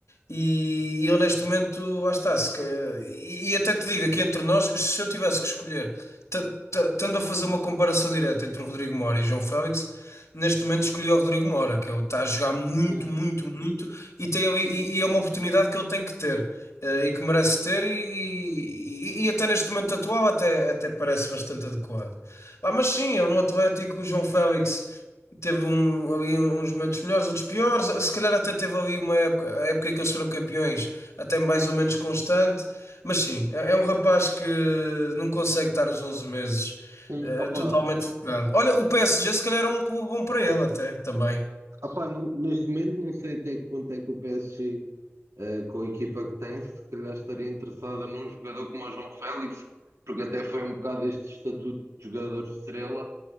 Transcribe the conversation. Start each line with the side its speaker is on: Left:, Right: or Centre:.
Left: E, e eu neste momento, lá está, se, que- e, e até te digo aqui entre nós, se eu tivesse que escolher, t- t- tendo a fazer uma comparação direta entre o Rodrigo Moura e o João Félix neste momento escolhi o Rodrigo Moura, que ele está a jogar muito,
Right: Sim.
Left: muito, muito e, tem, ali- e, e é uma oportunidade que ele tem que ter eh, e que merece ter e, e- e até neste momento atual até, até parece bastante adequado. Ah, mas sim, eu no Atlético, o João Félix teve um, ali uns momentos melhores, outros piores, se calhar até teve ali uma época, a época em que eles foram campeões, até mais ou menos constante, mas sim, é é um rapaz que não consegue estar os 11 meses
Right: Sim,
Left: eh,
Right: opa,
Left: totalmente focado. Olha, o PSG se calhar é um clube bom para ele até também.
Right: Ah pá, não- neste momento não sei até que ponto é que o PSG, eh, com a equipa que tem, se calhar estaria interessada num jogador como o João Félix, porque até foi um bocado este estatuto de jogador estrela